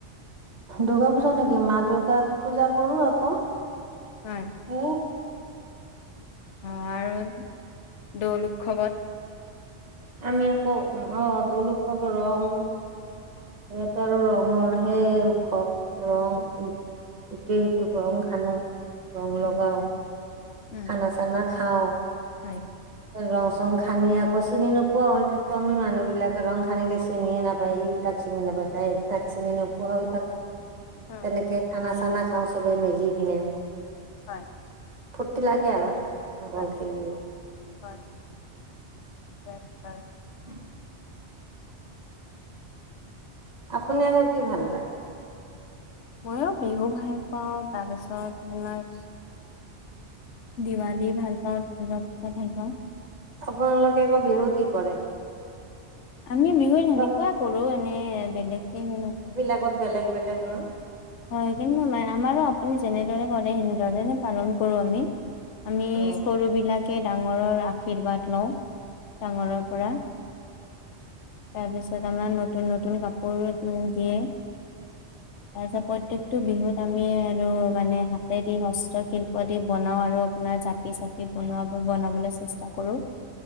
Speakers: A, on the right; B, on the left.
A: দুৰ্গা পূজা নেকি মা-দুৰ্গা পূজা কৰো আকৌ।
B: হয়।
A: এ।
B: অ আৰু দৌল উৎসৱত
A: আমি আকৌ অ', দৌল উৎসৱৰ ৰং ইয়াত আৰু ৰঙৰহে উৎসৱ ৰং ইটোৱে সিটোক ৰং সানো। ৰং
B: উম,
A: লগাও,
B: উম,
A: খানা চানা খাওঁ।
B: হয়।
A: ৰং চং সানি আকৌ চিনি নোপোৱা হৈ থাকো, আমি মানুহ বিলাকে ৰং সানিলে চিনিয়ে নাপায় ই তাক চিনি নাপাই, তাই তাক চিনি নোপোৱা হৈ থাকো
B: হয়,
A: তেনেকে খানা চানা খাওঁ চবে মিলি কিনে।
B: হয়।
A: ফূৰ্তি লাগে আৰু। ৰং
B: হয়, হয়, হয়,
A: খেলিও
B: হয় নিশ্চয়।
A: <unintelligible> আপুনি আকৌ কি ভাল পায়?
B: মইয়ো বিহু ভাল পাওঁ, তাৰপিছত তোমাৰ দিৱালী ভাল পাওঁ, দূৰ্গা পুজা ভাল পাওঁ।
A: আপোনালোকে আকৌ বিহুত কি কৰে?
B: আমি বিহুত সেনেকুৱাই
A: চব
B: কৰো, এনে বেলেগকে নকৰো।
A: আগত বেলেগ বেলেগ ন?
B: হয় কিন্তু নাই, আমাৰো আপুনি যেনেদৰে কৰে সেনেধৰনে পালন কৰো আমি। আমি
A: অ',
B: সৰু বিলাকে ডাঙৰৰ আশীৰ্বাদ লওঁ, ডাঙৰৰ পৰা। তাৰপিছত আমাৰ নতুন নতুন কাপোৰ দিয়ে, তাৰপিছত পৰ প্ৰত্যেকটো বিহু আমি আৰু মানে হাতে দি হস্ত শিল্প দি বনাও আৰু আপোনাৰ জাপি চাপ পি বনোৱাবোৰ বনাবলৈ চেষ্টা কৰো।